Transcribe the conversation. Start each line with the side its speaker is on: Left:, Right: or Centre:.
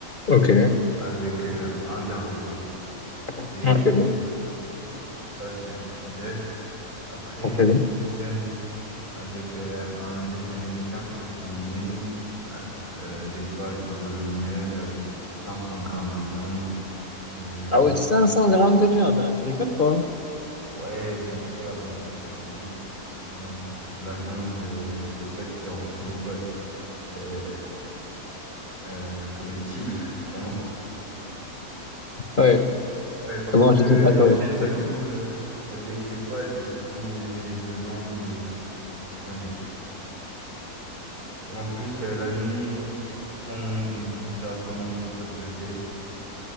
Left: Ok.
Right: avec euh, un verre de lait.
Left: Ok.
Right: Et ça, c'est mon petit-déj. Après,
Left: C'est bon.
Right: j'enchaîne avec euh, un déjeuner bien protéiné, euh, euh, des pâtes bolognaises avec 500 grammes de viande, euh, viande
Left: Ah ouais, 500
Right: hachée.
Left: grammes de viande, hein, tu rigoles pas?
Right: Ouais, j'aime trop la viande, comme je t'ai dit. Euh, la viande, euh, c'est ça qui rend <laughs> les pâtes euh, euh, comestibles <laughs> pour moi.
Left: Ouais.
Right: Ouais, parce
Left: Bon,
Right: que
Left: je sais pas
Right: j'enchaîne
Left: toi. je sais
Right: chaque
Left: pas,
Right: jour
Left: toi.
Right: euh, avec les pâtes et du coup, j'ai besoin de, de changer de goût. Et en plus, euh, la nuit, je prends une pizza thon surgelée.